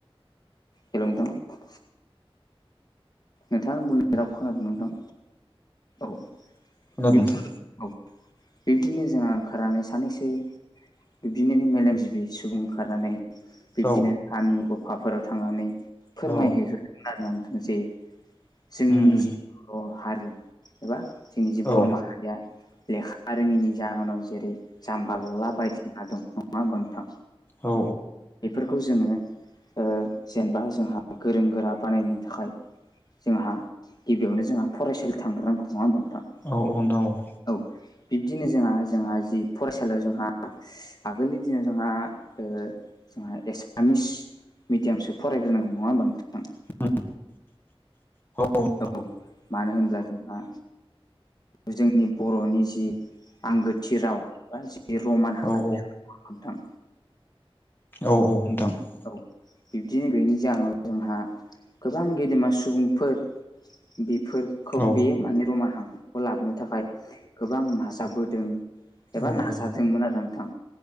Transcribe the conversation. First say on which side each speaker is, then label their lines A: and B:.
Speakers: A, on the left (about 40°); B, on the left (about 20°).
A: हेल' नोंथां । नोंथां बुंनाय राव खोनादों नोंथां औ ।
B: खोनादों
A: बि
B: नोंथां।
A: बिब्दिनो जोंहा ओंखारनानै सानैसै । बिबदिनो मेलेमजिबि सुबुं ओंखारनानै । बिब्दिनो
B: औ
A: गामि गफाफोराव थांनानै फोरमायहैग्रोन
B: औ
A: नां जे जोंनि
B: उम उम
A: जि बर' हारि एबा जोंनि जि
B: औ
A: बर' माहारिया लेखा रोङैनि जाहोनाव जेरै जाम्बा ल'ला बायदि दं । नङा ओमबा नोंथां
B: औ
A: बेफोरखौ जोंङो ओ जेनेबा जोंहा गोरों गोरा बानायनो थाखाय जोंहा गिबियावनो जोंहा फरायसालि थांग्रोनांगौ नङा होनबा नोंथां --
B: औ अन दं ।
A: औ बिब्दिनो जोंहा जोंहा जि फरायसालियाव जोंहा आगोलनि दिनाव जोंहा जोंहा एसामिस मिडियामसो फरायग्रोनांगोव नङा होमबा नोंथां ।
B: <inaudible>
A: औ मानो होनब्ला जोंहा जोंनि बर'नि जि आंगोथि राव बा बे रमान हांखो
B: औ
A: <inaudible> नोंथां
B: औ औ नोंथां ।
A: औ बिब्दि गैनि जाहोनाव जोंहा गोबां गेदेमा सुबुंफोर बेफोर खौ
B: औ
A: बे माने रमाय हांखोखौ लाबोनो थाखाय गोबां नाजाबोदों । एबा
B: औ
A: नाजादोंमोन
B: औ
A: आरो नोंथां